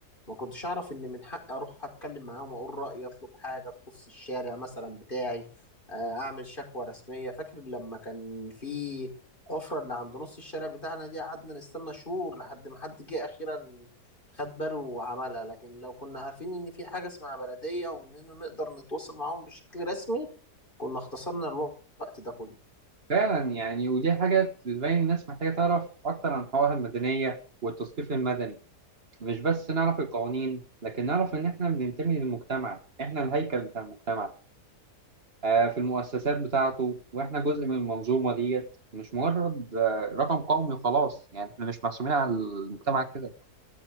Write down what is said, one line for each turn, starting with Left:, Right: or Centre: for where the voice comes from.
Left: ما كنتش اعرف ان من حقي اروح اتكلم معاهم واقول رايي اطلب حاجه تخص الشارع مثلا بتاعي آه، اعمل شكوى رسميه فاكر لما كان في حفره اللي عند نص الشارع بتاعنا دي قعدنا نستنى شهور لحد ما حد جه اخيرا خد باله وعملها لكن لو كنا عارفين ان في حاجه اسمها بلديه واننا نقدر نتواصل معاهم بشكل رسمي كنا اختصرنا الوقت ده كله
Right: فعلا يعني ودي حاجة بتبين الناس محتاجة تعرف أكتر عن حقوقها المدنية والتثقيف المدني مش بس نعرف القوانين لكن نعرف إن إحنا بننتمي للمجتمع إحنا الهيكل بتاع المجتمع آه، في المؤسسات بتاعته وإحنا جزء من المنظومة ديت مش مجرد آه، رقم قومي خلاص يعني إحنا مش محسوبين على المجتمع كده